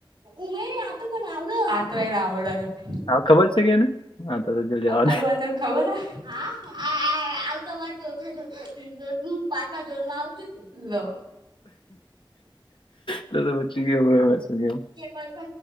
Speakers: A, on the right (about 55°); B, on the left (about 70°).
A: ઉમેડે તો એને આવડ.
B: હા ખબર છે કે એને હા તો જજવાજ.
A: આરું આ તને ખબર હ હા આવતો અમાર ચોથા પાચમા જોડમાં આવતું તું. લ.
B: ત બચી ગ હોય મેસ ગ.
A: પ.